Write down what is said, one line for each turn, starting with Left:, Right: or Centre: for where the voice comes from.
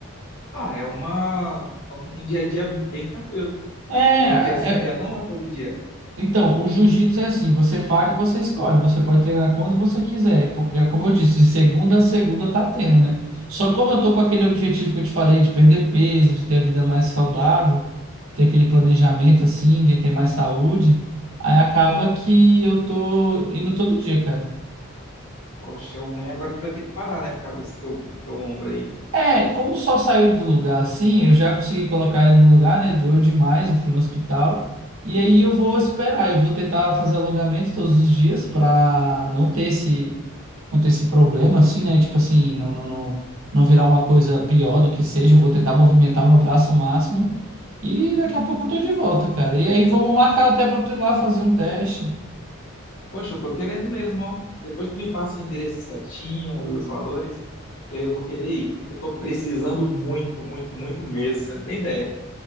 Left: Ah, é uma, um dia a dia bem tranquilo.
Right: É,
Left: É um dia sim,
Right: é-
Left: um dia não, ou é todo dia?
Right: então, o jiu-jitsu é assim, você paga, você escolhe, você pode treinar quando você quiser, porque é como eu disse, de segunda a segunda tá tendo, né? Só que como eu tô com aquele objetivo que eu te falei de perder peso, de ter a vida mais saudável, ter aquele planejamento assim de ter mais saúde, aí acaba que eu tô indo todo dia, cara.
Left: Poxa, o ruim agora é que tu vai ter que parar, né, por causa desse teu, teu ombro aí.
Right: É, como só saiu do lugar assim, eu já consegui colocar ele no lugar, né? Doeu demais, eu fui no hospital. E aí eu vou esperar, eu vou tentar fazer alongamento todos os dias pra não ter esse, não ter esse problema assim, né? Tipo assim, não, não, não, não virar uma coisa pior do que seja. Eu vou tentar movimentar meu braço o máximo. E daqui a pouco eu tô de volta, cara. E aí vamos marcar até pra tu ir lá fazer um teste.
Left: Poxa, eu tô querendo mesmo, ó. Depois tu me passa o endereço certinho e os valores, que aí eu vou querer ir. Eu tô precisando muito, muito, muito mesmo, você não tem ideia.